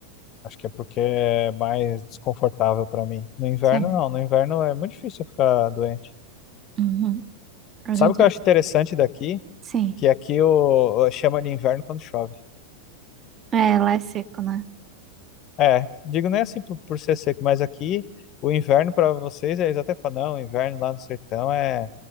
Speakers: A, on the left (about 35°); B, on the right (about 25°).
A: Acho que é porque é mais desconfortável para mim. No inverno,
B: Sim.
A: não. No inverno é muito difícil eu ficar doente.
B: Uhum. A
A: Sabe
B: gente
A: o que
B: vai...
A: eu acho interessante daqui?
B: Sim.
A: Que aqui o, o- chama de inverno quando chove.
B: É, lá é seco, né?
A: É, digo nem assim por, por ser seco, mas aqui o inverno para vocês, é, eles até falam, não, o inverno lá no sertão é,